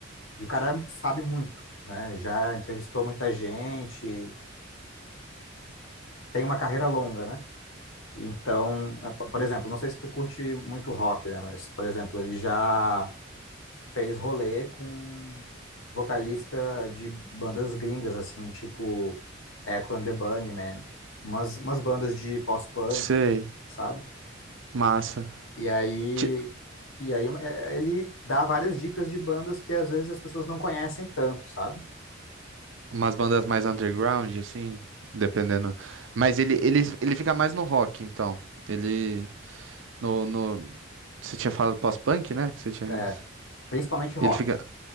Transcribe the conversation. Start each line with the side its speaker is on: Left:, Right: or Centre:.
Left: E o cara sabe muito, né? Já entrevistou muita gente, tem uma carreira longa, né? Então, é, po- por exemplo, não sei se tu curte muito rock, né? Mas, por exemplo, ele já fez rolê com vocalista de bandas gringas, assim, tipo Echo and the Bunnymen, umas, umas bandas de post-punk,
Right: Sei.
Left: sabe?
Right: Massa.
Left: E aí,
Right: Ti-
Left: e aí é, ele dá várias dicas de bandas que às vezes as pessoas não conhecem tanto, sabe?
Right: Umas bandas mais underground, assim, dependendo. Mas ele, ele, ele fica mais no rock, então. Ele. No, no... Você tinha falado pós-punk, né? Que Você tinha.
Left: É, principalmente rock.
Right: Ele fica.